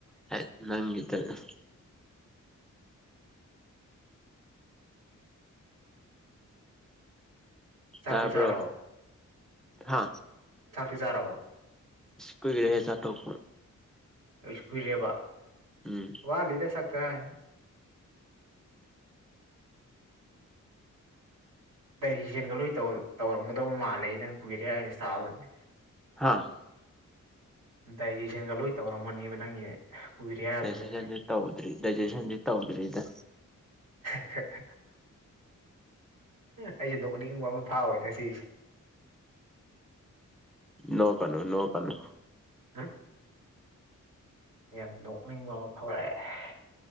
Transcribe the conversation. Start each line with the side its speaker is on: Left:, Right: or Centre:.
Centre: ꯍꯥꯏꯠ ꯅꯪꯒꯤꯗ <inaudible>
Right: ꯆꯥꯡꯁꯨ
Centre: ꯇꯥꯕ꯭ꯔꯣ
Right: ꯆꯥꯔꯕꯣ
Centre: ꯍꯥ
Right: ꯆꯥꯡꯇꯨ ꯆꯥꯔꯕꯣ
Centre: ꯏꯁ ꯀꯨꯏꯔꯦꯍꯦ ꯆꯥꯊꯣꯛ ꯞ
Right: ꯑꯩꯁꯨ ꯀꯨꯏꯔꯦꯕ
Centre: ꯎꯝ
Right: ꯋꯥꯠ ꯂꯤꯗ ꯁꯛ ꯀꯥꯏ ꯑꯍꯩ ꯖꯦꯟꯒ ꯂꯣꯏ ꯇꯧ ꯇꯧꯔꯝꯃꯗꯧ ꯃꯥꯜꯂꯦ ꯅꯪ ꯀꯨꯏꯔꯦ ꯍꯥꯏ ꯏꯁꯇꯥꯜꯗꯗꯤ
Centre: ꯍꯥꯥ
Right: ꯗꯥꯏꯖꯦꯁꯟꯒ ꯂꯣꯏ ꯇꯧꯔꯝꯃꯅꯦꯕ ꯅꯪꯒꯤ ꯀꯨꯏꯔꯦ ꯍꯥꯏꯕꯗꯨꯗ
Centre: ꯗꯥꯏꯖꯦꯁꯟꯗꯤ ꯇꯧꯗ꯭ꯔꯤ ꯗꯥꯏꯖꯦꯁꯟꯗꯤ ꯇꯧꯗ꯭ꯔꯤꯗ
Right: <inaudible> ꯑꯩꯁꯦ ꯅꯣꯛꯅꯤꯡꯕ ꯑꯃ ꯐꯥꯎꯋꯦ ꯉꯥꯁꯤꯁꯦ
Centre: ꯅꯣꯛꯀꯅꯨ ꯅꯣꯛꯀꯅꯨ
Right: ꯍꯥ ꯌꯥꯝ ꯅꯣꯛꯅꯤꯡꯕ ꯑꯃ ꯐꯥꯎꯔꯛꯑꯦ